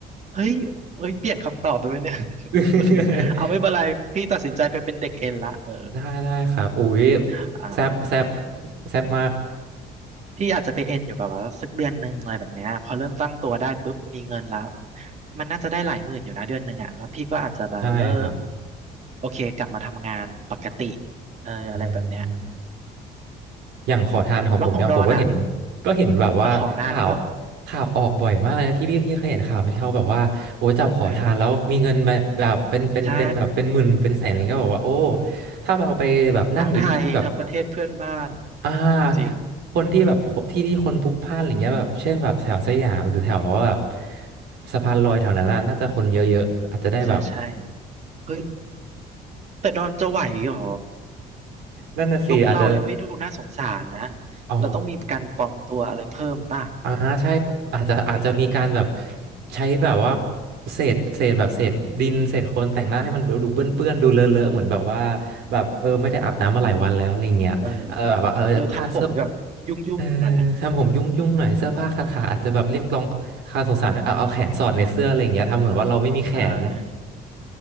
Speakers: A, on the right; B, on the right.
A: เฮ้ยเฮ้ยเปลี่ยนคำตอบไปไหมเนี่ย <laughs>
B: <laughs>
A: เออเอาไม่เป็นไร พี่ตัดสินใจไปเป็นเด็กเอ็นละเออ
B: ได้ได้ครับอุ้ย
A: อ่า
B: แซบแซบแซบมาก
A: พี่อาจจะไปเอ็นอยู่แบบว่าสักเดือนหนึ่งอะไรแบบเนี้ยพอเริ่มตั้งตัวได้ปุ๊บมีเงินแล้วมันน่าจะได้หลายหมื่นอยู่นะเดือนหนึ่งอ่ะแล้วพี่ก็อาจจะแบบเริ่ม
B: ใช่ครับ
A: โอเคกลับมาทำงานปกติเอออะไรแบบเนี้ย
B: อืม อย่างขอทานของผมเนี่ยผมก็เห็น
A: แล้วของดอนอ่ะ
B: ก็เห็นแบบว่าข่าว
A: จะขอนานเปล่า
B: ข่าวออกบ่อยมากเลยพี่พี่พี่เคยเห็นข่าวไหมที่เขาแบบว่าโอ้จับขอทานแล้วมีเงินแบบแบบเป็นเป็นเป็นแบบเป็นหมื่นเป็นแสนอะไรเงี้ยก็บอกว่าโอ้
A: เออใช่อืม
B: ถ้าเราไปแบบนั่งอยู่ที่ที่แบบ
A: ทั้งไทยทั้งประเทศเพื่อนบ้านอืมจริง
B: อ่าคนที่แบบที่ที่คนพลุกพล่านอะไรเงี้ยแบบเช่นแบบแถวสยามหรือแถวแบบสะพานลอยแถวนั้นน่ะน่าจะคนเยอะๆอาจจะได้แบบ
A: อืมใช่ใช่เฮ้ยแต่ดอนจะไหวเหรอ
B: <laughs> นั่นน่ะสิอาจจะ
A: ลุคเรายังไม่ดูน่าสงสารนะ
B: อ๋อ
A: เราต้องมีการปลอมตัวอะไรเพิ่มป่ะ
B: อ่าใช่อาจจะอาจจะมีการแบบ
A: เออ
B: ใช้แบบว่าเศษเศษแบบเศษดินเศษโคลนแต่งหน้าให้มันดูเปื้อนเปื้อนดูเลอะเลอะเหมือนแบบว่า
A: อโม
B: แบบเออไม่ได้อาบน้ำมาหลายวันแล้วอะไรเงี้ยเออแบบว่าเออค่าเสื้อ
A: เออเออทำผมแบบยุ่งๆหน่อยอะ
B: เออทำผมยุ่งยุ่งหน่อยเสื้อผ้าขาดขาอาจจะแบบเรียกร้องค่าสงสารเอาเอาแขนสอดในเสื้ออะไรเงี้ยทำเหมือนว่าเราไม่มีแขน
A: อ่า